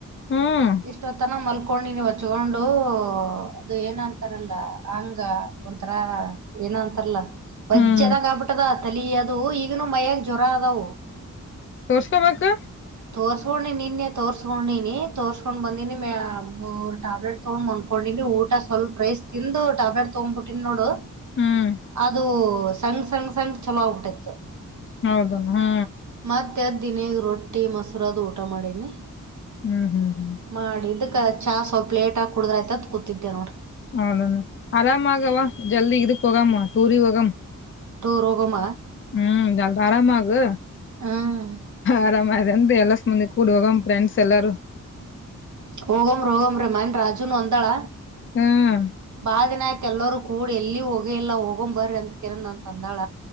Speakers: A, on the left; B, on the right.
A: ಹ್ಮ್
B: ಇಷ್ಟೊತ್ತನ ಮಲ್ಕೊಂಡೇನೀ ಹಚ್ಚೋಂಡು ಅದು ಏನ್ ಅಂತಾರಲ್ಲ ಹಂಗ ಒಂಥರಾ ಏನೋ ಅಂತರ ಲ ವಜ್ಜದಂಗ
A: ಹ್ಮ್
B: ಆಗ್ಬಿಟ್ಟದ ತಲಿ ಅದು ಈಗನು ಮಯ್ಯಾಗ್ ಜ್ವರ ಅದವು.
A: ತೋರ್ಸ್ಕ್ಯಬೇಕು.
B: ತೋರ್ಸ್ಕೊಂಡಿ ನಿನ್ನೆ ತೋರ್ಸ್ಕೊಂಡಿನಿ ತೋರ್ಸ್ಕೊಂಡ್ ಬಂದಿನಿ ಮ್ಯಾ ಮೂರ್ ಟ್ಯಾಬ್ಲೆಟ್ ತಗೊಂಡ್ ಮಕ್ಕೊಂಡಿನಿ ಊಟ ಸ್ವಲ್ಪ ರೈಸ್ ತಿಂದು ಟ್ಯಾಬ್ಲೆಟ್ ತಗೊಂಡ್ಬಿಟ್ಟಿನಿ ನೋಡು
A: ಹ್ಮ್
B: ಅದು ಸಣ್ ಸಣ್ ಸಂಗ್ ಚಲೋ ಆಗ್ಬಿಟ್ಟೈತು.
A: ಹೌದನ್ ಹ
B: ಮತ್ತೆದ ದಿನಿ ರೊಟ್ಟಿ ಮೊಸರ ಅದು ಊಟ ಮಾಡೇನಿ.
A: ಹ್ಮ್ ಹ್ಮ್ ಹ್ಮ್
B: ಮಾಡಿದಕ್ಕ ಚಾ ಸ್ವಲ್ಪ್ ಲೇಟ್ ಆಗ್ ಕುಡುದ್ರ ಆಯ್ತತ್ ಕೂತಿದ್ದೆ ನೋಡ್
A: ಹೌದಾನ ಆರಾಮಾಗವಾ ಜಲ್ದಿ ಇದುಕ್ ಹೋಗಮ ಟೂರಿಗ್ ಹೋಗಾಮ.
B: ಟೂರ್ ಹೊಗಮ.
A: ಹ್ಮ್ ಜಲ್ದ್ ಆರಾಮಾಗು
B: ಹ್ಮ್
A: ಆರಾಮ. ಮಂದಿ ಎಲ್ಲಾಸ್ ಮಂದಿ ಕೂಡ್ ಹೋಗಮ್ ಫ್ರೆಂಡ್ಸ್ ಎಲ್ಲಾರೂ
B: ಹೊಗಮ್ ಹೋಗಮ್ರಿ ಮೊನ್ ರಾಜುನು ಅಂದಾಳ
A: ಹ್ಮ್
B: ಬಾಳ ದಿನಾಯ್ತು ಎಲ್ಲರು ಕ್ ಕೂಡಿ ಎಲ್ಲಿ ಹೋಗೇ ಇಲ್ಲ ಹೋಗೊಮ್ ಬರಿ ಅಂತ ಕಿರಂದ ಅಂತ ಅಂದಾಳ.